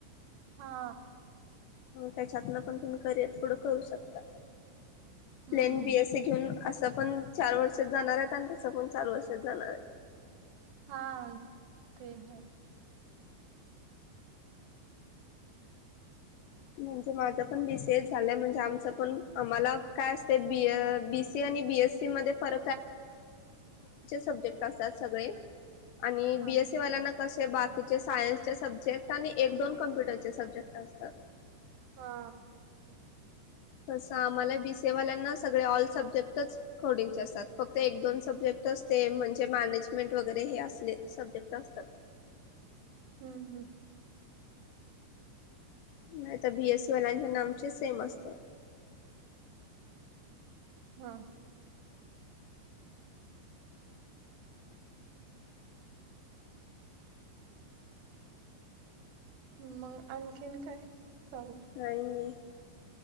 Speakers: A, on the right; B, on the left.
A: हा
B: त्याच्यातन पण तुम्ही करिअर पुढं करू शकता
A: हम्म
B: प्लन बी अस घेऊन असं पण चार वर्षात जाणार आहेत आणि तसं पण चार वर्षात जाणार आहे
A: हा ते है
B: म्हणजे माझ पण बीसीए झालं म्हणजे आमच पण आमला काय असती बीसी बीए पड सक् आणि
A: हा
B: बीएस सी वाल्यांना कसे बाकीचे सायन्सचे सब्जेक्ट आणि एक दोन कम्प्युटरचे सब्जेक्ट असतात.
A: हा
B: तसं आम्हाला बी स ए वाल्यांना सगळे ऑल सब्जेक्टच खोडचे असतात फक्त एक दोन सब्जेक्ट म्हणजे मॅनेजमेंट वगैरे हे अस सब्जेक्ट असतात
A: हम्म हम्म
B: नाही तर बीएससीवाल्यांच्या नामचे सेम असते
A: हा मग आणखीन काय. चालेल
B: नाही नाही.